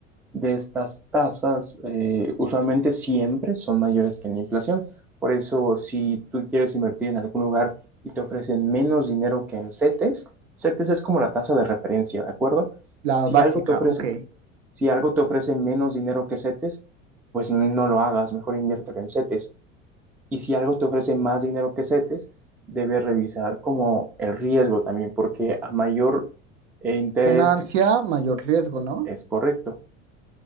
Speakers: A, in the centre; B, on the right.
A: de estas tasas eh, usualmente siempre son mayores que la inflación. Por eso, si tú quieres invertir en algún lugar y te ofrecen menos dinero que en CETES, CETES es como la tasa de referencia, ¿de acuerdo?
B: La
A: Si
B: básica,
A: algo te ofrece,
B: ok.
A: si algo te ofrece menos dinero que CETES, pues no lo hagas, mejor inviértelo en CETES. Y si algo te ofrece más dinero que CETES, debes revisar como el riesgo también, porque a mayor eh, interés
B: Ganancia, mayor riesgo, ¿no?
A: es correcto.